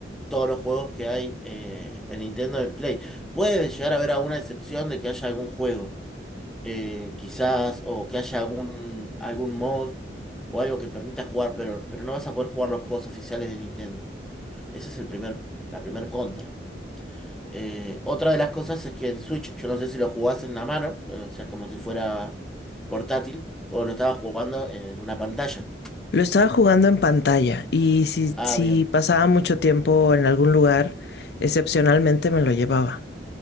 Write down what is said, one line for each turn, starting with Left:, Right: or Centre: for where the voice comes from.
Centre: todos los juegos que hay eh, en Nintendo en Play. Puede llegar a haber alguna excepción de que haya algún juego, eh, quizás, o que haya algún, algún mod o algo que permita jugar, pero, pero no vas a poder jugar los juegos oficiales de Nintendo. Ese es el primer, la primer contra. Eh, otra de las cosas es que el Switch, yo no sé si lo jugás en la mano, eh, o sea, como si fuera portátil, o lo estabas jugando en una pantalla.
Left: Lo estaba jugando en pantalla y si,
Centre: Ah,
Left: si
Centre: bien.
Left: pasaba mucho tiempo en algún lugar, excepcionalmente me lo llevaba.